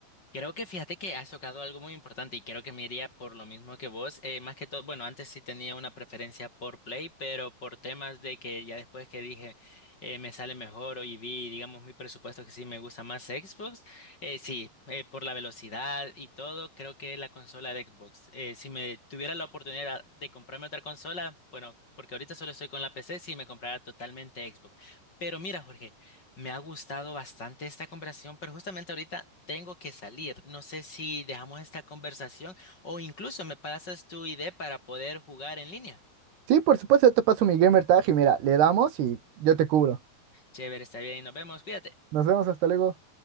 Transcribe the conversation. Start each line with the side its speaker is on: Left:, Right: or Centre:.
Left: Creo que fíjate que has tocado algo muy importante y creo que me iría por lo mismo que vos. Eh, más que todo, bueno, antes sí tenía una preferencia por Play, pero por temas de que ya después que dije eh, me sale mejor o y vi, digamos, mi presupuesto que sí me gusta más Xbox, eh, sí, eh, por la velocidad y todo, creo que la consola de Xbox. Eh, si me tuviera la oportunidad de comprarme otra consola, bueno, porque ahorita solo estoy con la PC, sí me comprara totalmente Xbox. Pero mira, Jorge. Me ha gustado bastante esta conversación, pero justamente ahorita tengo que salir. No sé si dejamos esta conversación o incluso me pasas tu idea para poder jugar en línea.
Right: Sí, por supuesto, yo te paso mi gamer tag y mira, le damos y yo te cubro.
Left: Chévere, está bien, nos vemos, cuídate.
Right: Nos vemos, hasta luego.